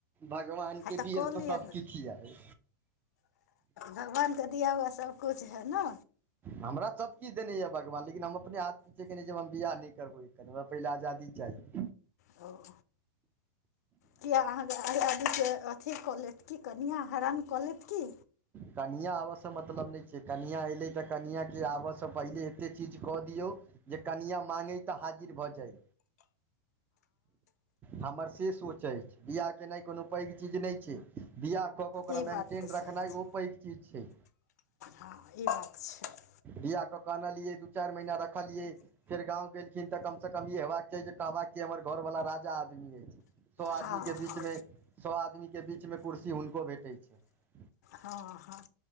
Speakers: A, on the right (about 20°); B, on the left (about 70°).
A: भगवान
B: हँ
A: के
B: तऽ
A: देल
B: कऽ लिअ
A: अय।
B: भगवान का दिया हुआ सब कुछ है ना।
A: हमरा सब किछ देने ये भगवान लेकिन, हम अपने से कनी जे हम बियाह नहि करबै, एक क हमरा पहिले आजादी चाही।
B: हं। किया अहाँके आदीत्य अथी कऽ लेत कि कनियां हरन कऽ लेत की?
A: कनियां आबयऽ सँ मतलब नै छैय, कनियां एयलै तऽ कनियांके आबयऽ सँ पहिले एतेक चीज कऽ दियौ। जे कनिआ मांगै तऽ हाजिर भऽ जाइ। हमर से सोच अछि, बियाह केनाइ कोनो पैघ चीज नै छैय, बियह कऽ कऽ ओकरा
B: ई
A: मेन्टेन
B: बात तऽ
A: रखनाइ
B: सही
A: ओ
B: छै
A: पैघ चीज छैय।
B: हँ ई बात छैय।
A: बियाह कऽ केऽ अनलियै दू -चारि महीना रखलियै फेर गाँंव गेलखिन तऽ कम से कम ई हेबाक चाही जे, कहबाक हमर घरवालला राजा आदमी अछि। सौ आदमी
B: हँ
A: के बीच
B: हँ
A: में, सौ आदमी के बीच मे कुर्सी हुनको भेटैत छैइन।
B: हँ- हँ